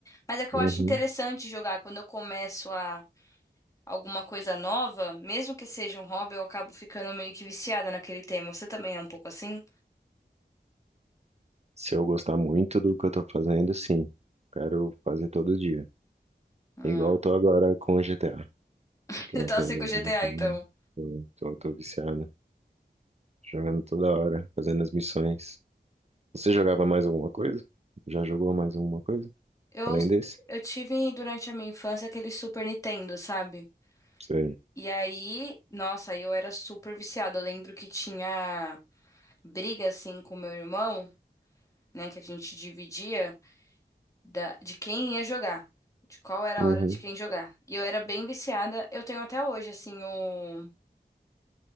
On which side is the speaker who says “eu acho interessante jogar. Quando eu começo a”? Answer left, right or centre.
Left